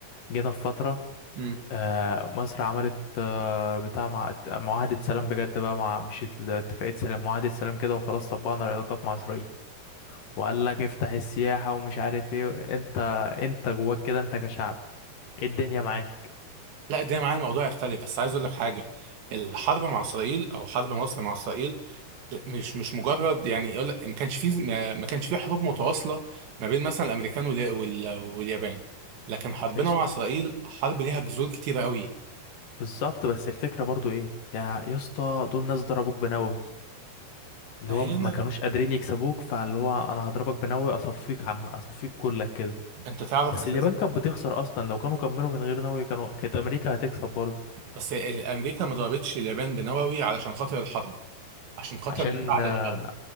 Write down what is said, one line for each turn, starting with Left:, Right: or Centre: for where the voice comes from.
Left: جينا في فترة
Right: امم
Left: آه مصر عملت آه بتاع مع... معاهدة سلام بجد بقى مع مش ات- اتفاقية سلام معاهدة سلام كده وخلاص طبقنا العلاقات مع إسرائيل وقال لك افتح السياحة ومش عارف ايه انت انت جواك كده انت كشعب ايه الدنيا معاك
Right: لا ده معايا الموضوع يختلف بس عايز اقول لك حاجه الحرب مع اسرائيل او حرب مصر مع اسرائيل مش مش مجرد يعني يقول لك ما كانش فيه ما ما كانش فيه حروب متواصله ما بين مثلا الامريكان وال- وال- واليابان لكن حربنا
Left: يا
Right: مع اسرائيل حرب ليها جذور كتيره قوي
Left: بالظبط بس الفكرة برضو ايه يا يا اسطى دول ناس ضربوك بنووي اللي
Right: هنا
Left: هو ما كانوش قادرين يكسبوك فاللي هو انا هضربك بنووي اصفيك عم اصفيك كلك كده
Right: انت تعرف
Left: بس
Right: اساسا
Left: اليابان كانت بتخسر اصلا لو كانوا كملوا من غير نووي كانوا كانت امريكا هتكسب برضو
Right: بس امريكا ما ضربتش اليابان بنووي علشان خاطر الحرب عشان خاطر
Left: عشان
Right: ما بعد
Left: آه،
Right: الحرب